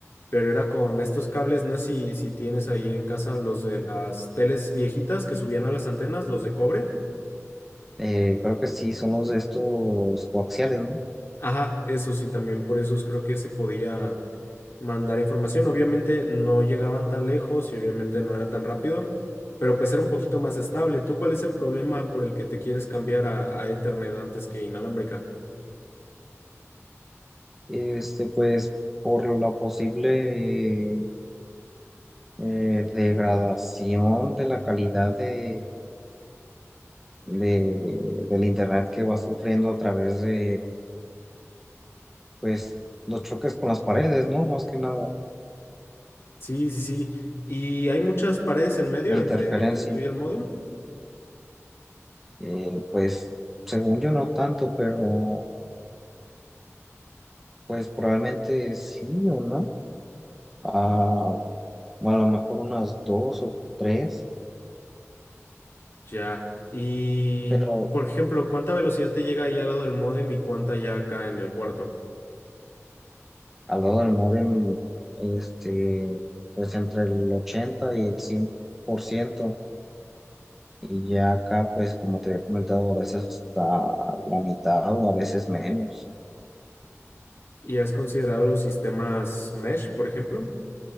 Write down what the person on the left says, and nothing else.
pero era con estos cables, no sé si, si tienes ahí en casa los de las teles viejitas que subían a las antenas, los de cobre.
Ajá, eso sí, también por eso creo que se podía mandar información. Obviamente no llegaban tan lejos y obviamente no era tan rápido, pero pues era un poquito más estable. ¿Tú cuál es el problema por el que te quieres cambiar a, a Ethernet antes que inalámbrica?
Sí, sí, sí. Y hay muchas paredes en medio
entre, entre tú y el módem.
Ya. Y,
por ejemplo, ¿cuánta velocidad te llega ahí al lado del módem y cuánta ya acá en el cuarto?
¿Y has considerado los sistemas mesh, por ejemplo?